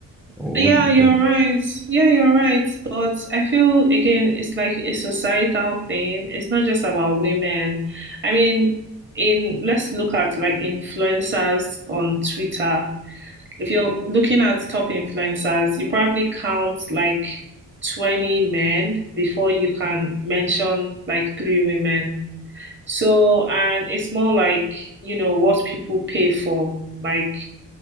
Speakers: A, in the centre; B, on the right (about 35°).
A: Wh-
B: Yeah,
A: What do you
B: you're
A: think?
B: right. Yeah, you're right. But I feel again, it's like a societal thing. It's not just about women. I mean, in let's look at like influencers on Twitter. If you're looking at top influencers, you probably count like 20 men before you can mention like three women. So, and it's more like, you know, what people pay for. Like,